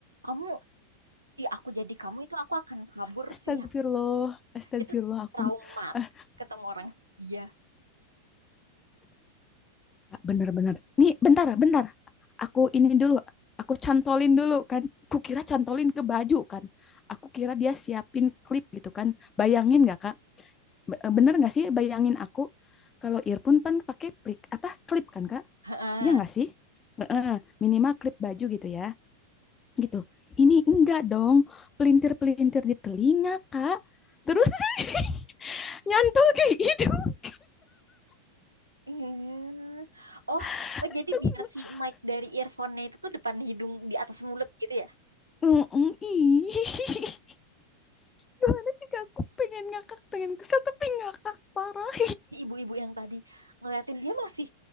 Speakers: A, on the right; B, on the left.
A: kamu, ih aku jadi kamu itu aku akan kabur
B: Astagfirullah,
A: sih.
B: astagfirullah
A: Itu
B: aku
A: traumat
B: eh
A: ketemu orang dia.
B: bener-bener. Nih, bentar, bentar. Aku ini dulu, aku cantolin dulu kan. Kukira cantolin ke baju kan. Aku kira dia siapin klip gitu kan. Bayangin nggak Kak? Be- eh, Bener nggak sih bayangin aku kalau earphone kan pakai plik apa klip kan Kak?
A: Heeh.
B: Iya nggak sih? Heeh, minimal klip baju gitu ya. Gitu. Ini enggak dong, pelintir-pelintir di telinga, Kak.
A: Hah?
B: Terus <laughs> nyantol ke hidung.
A: Eh. Oh,
B: <laughs>
A: oh
B: Astagfirullah.
A: jadi biar si mic dari earphone-nya itu tuh depan hidung di atas mulut gitu ya.
B: Mm-mm, ih. <laughs> Gimana sih Kak? Aku pengen ngakak, pengen kesel, tapi ngakak parah.
A: Si ibu-ibu yang tadi ngeliatin dia masih